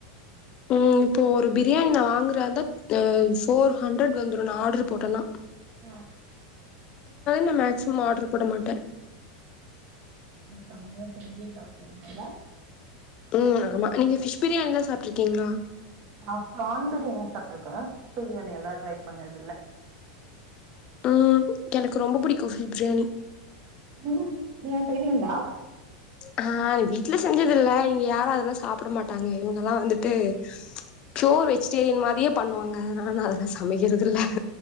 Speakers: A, on the left (about 30°); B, on the right (about 45°).
A: ம் இப்போ ஒரு பிரியாணி நா வாங்குறதா அ போர் ஹண்ட்ரட் வந்துரு நா ஆர்டரு போட்டனா
B: <unintelligible>
A: நான் மேக்சிமம் ஆர்டர் போட மாட்டேன்.
B: செமையா செஞ்சி சாப்படலால்லா
A: ம் ஆமா நீங்க பிஷ் பிரியாணில்லா சாப்ட்டுருக்கீங்களா
B: நா பிரான் பிரியாணின்னு சாப்ட்டுருக்கே பிரியாணி எல்லா ட்ரை பண்ணது இல்ல
A: ம் எனக்கு ரொம்ப புடிக்கும் பிஷ் பிரியாணி
B: ம் என்னா செய்வீங்களா
A: ஆ நீ வீட்டுல செஞ்சது இல்ல இங்க யாரு அதெல்லா சாப்பிட மாட்டாங்க இவங்கல்லா வந்துட்டு பியோர் வெஜிடேரியன் மாரியே பண்ணுவாங்க நா அதெல்லா சமைக்கிறதுல்ல